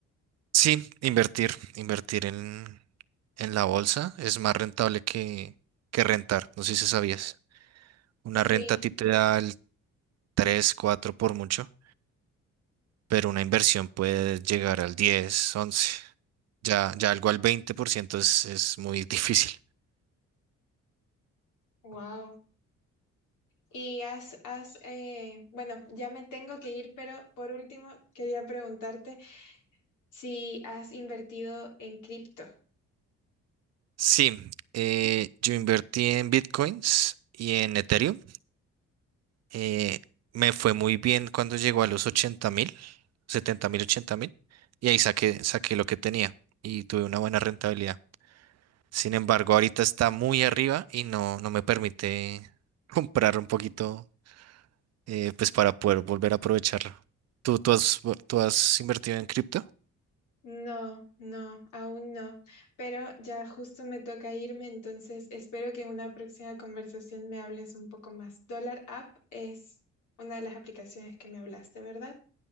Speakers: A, on the right; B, on the left.
A: Sí, invertir, invertir en, en la bolsa es más rentable que, que rentar, no sé si sabías. Una
B: Sí,
A: renta a ti te da el 3, 4 por mucho, pero una inversión puede llegar al 10, 11, ya, ya algo al 20% es, es muy <laughs> difícil.
B: wow. Y has, has eh, bueno, ya me tengo que ir, pero por último quería preguntarte si has invertido en cripto.
A: Sí, eh, yo invertí en bitcoins y en Ethereum. Eh, me fue muy bien cuando llegó a los ochenta mil, setenta mil, ochenta mil, y ahí saqué, saqué lo que tenía y tuve una buena rentabilidad. Sin embargo, ahorita está muy arriba y no, no me permite <laughs> comprar un poquito, eh, pues para poder volver a aprovecharlo. ¿Tú, tú has, tú has invertido en cripto?
B: No, no, aún no. Pero ya justo me toca irme, entonces espero que en una próxima conversación me hables un poco más. Dollar App es una de las aplicaciones que me hablaste, ¿verdad?